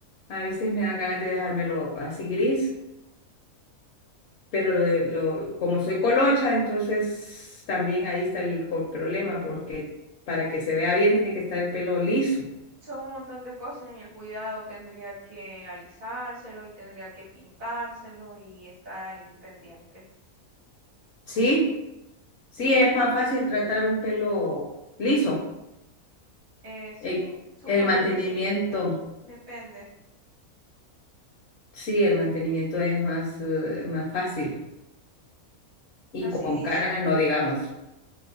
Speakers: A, on the left (about 60°); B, on the right (about 70°).
A: A veces me dan ganas de dejármelo así gris, pero lo de, lo, como soy colocha, entonces también ahí está el co- problema, porque para que se vea bien tiene que estar el pelo liso.
B: Son un montón de cosas en el cuidado. Tendría que alisárselo y tendría que pintárselo y estar ahí pendiente.
A: Sí, sí, es más fácil tratar un pelo liso.
B: Eh, sí,
A: Eh,
B: supongo
A: El, mantenimiento,
B: que sí. eh, depende.
A: sí, el mantenimiento es más, eh, más fácil. Y
B: Así
A: con
B: dicen.
A: canas no digamos.